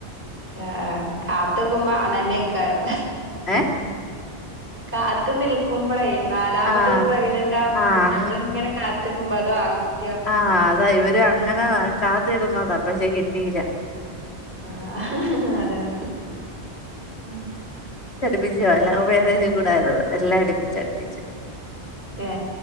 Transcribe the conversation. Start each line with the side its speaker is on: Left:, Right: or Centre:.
Right: ആഹ് ആഹ് കാത്ത് നിക്കുമ്പോ ആണ് തന്നെയിക്കാരം.
Left: ഏഹ്
Right: കാത്ത് നിൽക്കുമ്പ്ളെ നാലാമത്
Left: ആഹ്
Right: പ്രഗ്നന്റ് ആവുമ്പ
Left: ആഹ് അങ്ങ
Right: ഞമ്മള്ങ്ങനെ കാത്ത് <unintelligible>
Left: ആഹ് അതാ ഇവര് അങ്ങനെ കാത്തിരുന്നതാ പക്ഷെ കിട്ടീല്ല.
Right: ആഹ് അതാണ് ഉംഹ്
Left: ബിജോ ലൗ മേരേജ്ക്കൂടാര്ന്ന് എല്ലാ അടിപ്പിച്ച് അടിപ്പിച്ച്.
Right: ഏ